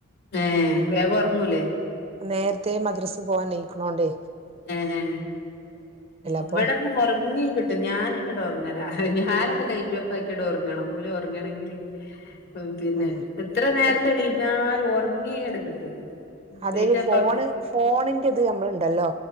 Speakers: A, on the left; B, on the right.
A: ഏഹ് വേഗം ഉറങ്ങൂല്ലേ
B: നേരത്തെ മദ്രസ് പോവാൻ എണീയിക്കണോണ്ടേ
A: ഏഹ് ഇവിടെ
B: അപ്പൊ
A: ഇപ്പ ഉറങ്ങി ട്ട് ഞാനങ്ങട്ട ഉറങ്ങല ഞാൻ അതിൽ ലൈറ്റ് ഓഫ്‌ ആക്കിയിട്ട് ഉറങ്ങണം ഓല് ഉറങ്ങണെങ്കില് പിന്നെ
B: ആഹ്
A: എത്ര നേരത്തെ
B: അത്
A: എണീറ്റാലും ഉറങ്ങിയങ്ങട് കിട്ടൂല
B: അതെത്
A: ലൈറ്റ് ഓഫ്
B: ഫോണ്
A: ആക്കും
B: ഫോണിന്റെ ഇത് നമ്മളുണ്ടല്ലോ